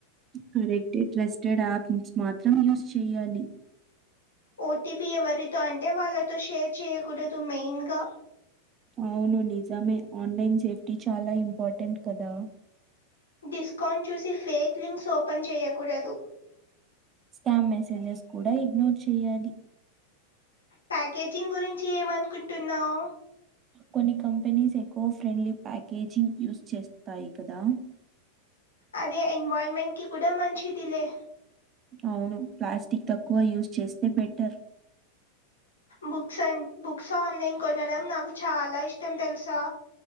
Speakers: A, on the right; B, on the left.
A: కరెక్టె ట్రస్టెడ్ యాప్ మాత్రం యూస్ చేయాలి
B: ఓటీపీ ఎవరితో అంటే వాళ్లతో షేర్ చేయకూడదు మెయిన్గా
A: అవును నిజమే ఆన్లైన్ సేఫ్టీ చాలా ఇంపార్టెంట్ కదా
B: డిస్కౌంట్ చూసి ఫేక్ లింక్స్ ఓపెన్ చేయకూడదు
A: స్కామ్ మెసేజెస్ కూడా ఇగ్నోర్ చేయాలి
B: ప్యాకేజింగ్ గురించి ఏమనుకుంటున్నావు
A: కొన్ని companies eco friendly packaging use చేస్తాయి కదా
B: అదే ఎన్వైర్మెంట్ కి కూడా మంచిదిలే
A: అవును ప్లాస్టిక్ తక్కువ యూజ్ చేస్తే బెటర్
B: బుక్స్ అం బుక్స్ ఆన్లైన్ కొనడం నాకు చాలా ఇష్టం తెలుసా